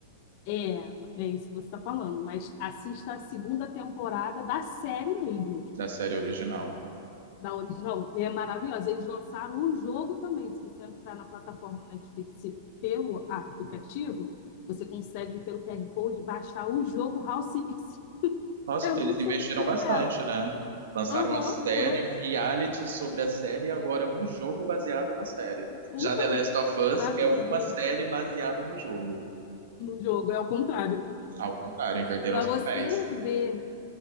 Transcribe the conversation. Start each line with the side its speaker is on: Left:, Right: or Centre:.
Left: é, é isso que você está falando. Mas assista a segunda temporada da série mesmo, tipo,
Right: da série original.
Left: da original. É maravilhosa. Eles lançaram o jogo também. Se você entrar na plataforma Netflix pelo aplicativo, você consegue, pelo QR Code, baixar o jogo House Six.
Right: Nossa,
Left: É
Right: então
Left: muito
Right: eles investiram
Left: surreal.
Right: bastante, né? Lançaram
Left: Aham,
Right: uma
Left: uhum,
Right: série,
Left: aham.
Right: um
Left: Uhum.
Right: reality sobre a série e agora um jogo baseado na série.
Left: um
Right: Já
Left: jogo.
Right: The Last of Us
Left: Pra tu
Right: é uma
Left: ver
Right: série baseada no jogo.
Left: no jogo, é o contrário.
Right: Ao contrário, inverteram
Left: Pra
Right: os
Left: você
Right: papéis.
Left: ver,